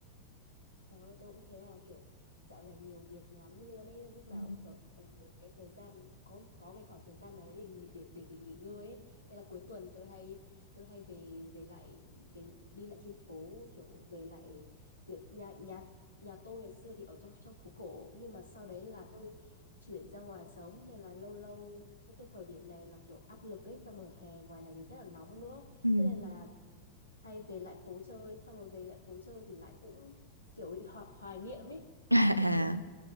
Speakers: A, on the left; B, on the right.
A: Trời ơi, tôi cũng thế à kiểu dạo này nhiều việc lắm luôn ấy nên lúc nào
B: Ừ.
A: cũng cần, cần một cái thời gian có có cái khoảng thời gian nào đấy để nghỉ- để để để nghỉ ngơi ấy. Nên là cuối tuần tôi hay tôi hay về về lại về đi lại trên phố kiểu về lại kiểu nhà nhà nhà tôi ngày xưa thì ở trong trong phố cổ nhưng mà sau đấy là tôi chuyển ra ngoài sống nên là lâu lâu cái thời điểm này là kiểu áp lực ấy xong rồi hè ngoài này thì rất là nóng nữa
B: Ừ.
A: thế nên là hay về lại phố chơi xong rồi về lại phố chơi thì lại cũng kiểu bị ho hoài niệm ấy
B: <laughs>
A: kiểu kiểu